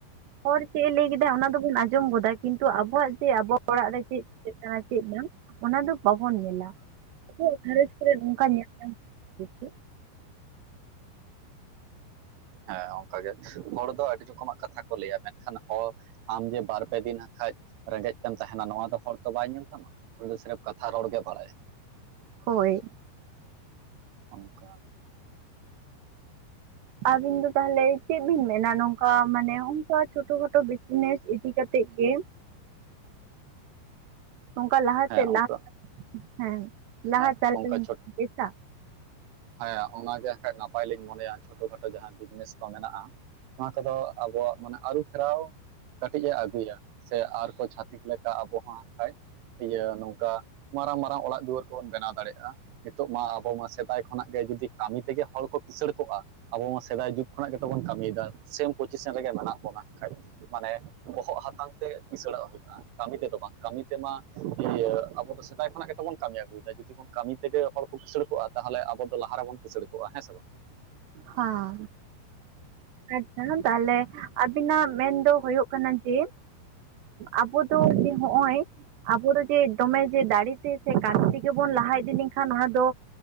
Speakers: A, on the right; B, on the right.
A: ᱦᱚᱲ ᱪᱮᱫ ᱮ ᱞᱟᱹᱭ ᱠᱮᱫᱟ ᱚᱱᱟ ᱫᱚᱵᱚᱱ ᱟᱸᱡᱚᱢ ᱜᱚᱫᱟ ᱠᱤᱱᱛᱩ ᱟᱵᱚᱣᱟᱜ ᱡᱮ ᱟᱵᱚ ᱚᱲᱟᱜ ᱨᱮ ᱪᱮᱫ ᱪᱤᱠᱟᱹᱜ ᱠᱟᱱᱟ ᱪᱮᱫ ᱵᱟᱝ ᱚᱱᱟ ᱫᱚ ᱵᱟᱵᱚᱱ ᱧᱮᱞᱟ ᱟᱵᱚᱣᱟᱜ ᱜᱷᱟᱨᱚᱸᱡᱽ ᱠᱚᱨᱮ ᱱᱚᱝᱠᱟ ᱧᱮᱞᱟᱢ ᱵᱮᱥᱤ᱾
B: ᱦᱮᱸ ᱚᱱᱠᱟᱜ ᱜᱮ ᱦᱚᱲ ᱫᱚ ᱟᱹᱰᱤ ᱨᱚᱠᱚᱢᱟᱜ ᱠᱟᱛᱷᱟ ᱠᱚ ᱞᱟᱹᱭᱟ ᱢᱮᱱᱠᱷᱟᱱ ᱦᱚ ᱟᱢ ᱡᱮ ᱵᱟᱨ ᱯᱮ ᱫᱤᱱ ᱠᱷᱟᱡ ᱨᱮᱸᱜᱮᱡ ᱛᱮᱢ ᱛᱟᱦᱮᱱᱟ ᱱᱚᱣᱟ ᱫᱚ ᱦᱚᱲ ᱛᱚ ᱵᱟᱭ ᱧᱮᱞ ᱛᱟᱢᱟ᱾ ᱩᱱᱤ ᱫᱚ ᱥᱨᱮᱯ ᱠᱟᱛᱷᱟ ᱨᱚᱲ ᱵᱟᱲᱟᱭᱟ
A: ᱦᱳᱭ
B: ᱚᱱᱠᱟ᱾ <inaudible>
A: ᱟᱵᱤᱱ ᱫᱚ ᱛᱟᱦᱚᱞᱮ ᱪᱮᱫ ᱵᱤᱱ ᱢᱮᱱᱟ ᱱᱚᱝᱠᱟ ᱢᱟᱱᱮ ᱚᱱᱠᱟ ᱪᱷᱳᱴᱳ ᱠᱷᱟᱴᱳ ᱱᱮᱥ ᱤᱫᱤ ᱠᱟᱛᱮᱫ ᱜᱮ
B: <inaudible>
A: ᱚᱱᱠᱟ ᱞᱟᱦᱟ
B: ᱦᱮᱸ
A: ᱥᱮᱫ
B: ᱚᱱᱠᱟ
A: ᱞᱟᱦᱟ ᱦᱮᱸ ᱞᱟᱦᱟ
B: ᱦᱮᱸ
A: <unintelligible>
B: ᱚᱱᱠᱟ ᱪᱷᱚ
A: ᱵᱮᱥᱟ
B: ᱦᱮᱸ ᱚᱱᱟᱜᱮ ᱠᱷᱟᱡ ᱱᱟᱯᱟᱭ ᱞᱤᱧ ᱢᱚᱱᱮᱭᱟ ᱪᱷᱳᱴᱳ ᱠᱷᱟᱴᱳ ᱡᱟᱦᱟᱸ ᱵᱤᱡᱽᱱᱮᱥ ᱠᱚ ᱢᱮᱱᱟᱜᱼᱟ ᱱᱚᱣᱟ ᱠᱚᱫᱚ ᱟᱵᱚᱣᱟᱜ ᱢᱟᱱᱮ ᱟᱹᱨᱩ ᱯᱷᱮᱨᱟᱣ᱾ ᱠᱟᱹᱴᱤᱡ ᱮ ᱟᱹᱜᱩᱭᱟ ᱥᱮ ᱟᱨᱠᱚ ᱪᱷᱟᱹᱛᱤᱠ ᱞᱮᱠᱟ ᱟᱵᱚ ᱦᱚᱸ ᱠᱷᱟᱡ ᱤᱭᱟᱹ ᱱᱚᱝᱠᱟ ᱢᱟᱨᱟᱝ ᱢᱟᱨᱟᱝ ᱚᱲᱟᱜ ᱫᱩᱣᱟᱹᱨ ᱠᱚᱵᱚᱱ ᱵᱮᱱᱟᱣ ᱫᱟᱲᱮᱭᱟᱜᱼᱟ ᱱᱤᱛᱚᱜ ᱢᱟ ᱟᱵᱚ ᱢᱟ ᱥᱮᱫᱟᱭ ᱠᱷᱚᱱᱟᱜ ᱜᱮ ᱡᱩᱫᱤ ᱠᱟᱹᱢᱤ ᱛᱮᱜᱮ ᱦᱚᱲ ᱠᱚ ᱠᱤᱥᱟᱹᱲ ᱠᱚᱜᱼᱟ᱾ ᱟᱵᱚ ᱢᱟ ᱥᱮᱫᱟᱭ ᱡᱩᱜᱽ ᱠᱷᱚᱱᱟᱜ ᱜᱮᱛᱚ ᱵᱚᱱ ᱠᱟᱹᱢᱤᱭᱮᱫᱟ ᱥᱮᱢ ᱯᱚᱡᱤᱥᱮᱱ ᱨᱮᱜᱮ ᱢᱮᱱᱟᱜ ᱵᱚᱱᱟ ᱠᱷᱟᱡ ᱢᱟᱱᱮ ᱵᱚᱦᱚᱜ ᱦᱟᱛᱟᱝ ᱛᱮ ᱠᱤᱥᱟᱹᱲᱚᱜ ᱦᱩᱭᱩᱜ ᱟ ᱠᱟᱹᱢᱤ ᱛᱮᱫᱚ ᱵᱟᱝ ᱠᱟᱹᱢᱤ ᱛᱮᱢᱟ ᱤᱭᱟᱹ ᱟᱵᱚ ᱫᱚ ᱥᱮᱫᱟᱭ ᱠᱷᱚᱱᱟᱜ ᱜᱮᱛ ᱵᱚᱱ ᱠᱟᱹᱢᱤ ᱟᱹᱜᱩᱭᱮᱫᱟ ᱡᱩᱫᱤ ᱵᱚᱱ ᱠᱟᱹᱢᱤ ᱛᱮᱜᱮ ᱦᱚᱲ ᱠᱚ ᱠᱤᱥᱟᱹᱲ ᱠᱚᱜᱼᱟ ᱛᱟᱦᱚᱞᱮ ᱟᱵᱚ ᱫᱚ ᱞᱟᱦᱟ ᱨᱮᱵᱚᱱ ᱠᱤᱥᱟᱹᱲ ᱠᱚᱜᱼᱟ ᱦᱮᱸ ᱥᱮ ᱵᱟᱝ᱾
A: ᱦᱚᱸ᱾ ᱟᱪᱪᱷᱟ ᱛᱟᱦᱚᱞᱮ ᱟᱵᱤᱱᱟᱜ ᱢᱮᱱ ᱫᱚ ᱦᱩᱭᱩᱜ ᱠᱟᱱᱟ ᱡᱮ ᱟᱵᱚ ᱫᱚ ᱡᱮ ᱦᱚᱜᱼᱚᱭ ᱟᱵᱚ ᱫᱚ ᱡᱮ ᱫᱚᱢᱮ ᱡᱮ ᱫᱟᱲᱮᱛᱮ ᱥᱮ ᱠᱟᱹᱢᱤ ᱛᱮᱜᱮ ᱵᱚᱱ ᱞᱟᱦᱟ ᱤᱫᱤ ᱞᱮᱱᱠᱷᱟᱱ ᱚᱱᱟ ᱫᱚ